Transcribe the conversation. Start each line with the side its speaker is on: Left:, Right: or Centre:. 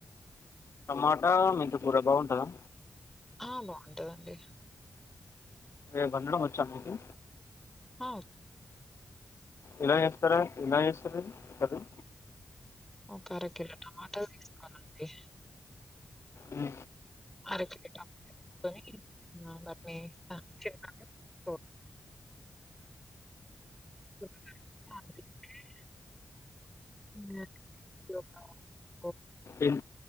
Left: టమాటా మెంతి కూర బాగుంటదా
Centre: ఆ బాగుంటదండి
Left: రేపు వండడం వచ్చా మీకు
Centre: ఆహ
Left: ఎలా చేస్తారు ఎలా చేస్తారు కర్రీ
Centre: ఒక అరకిల టమాటలు తీసుకోవాలండి
Left: హు
Centre: అరకిల టమాట తీసుకొని ఆ వాటిని <unintelligible> <unintelligible>
Left: ఎం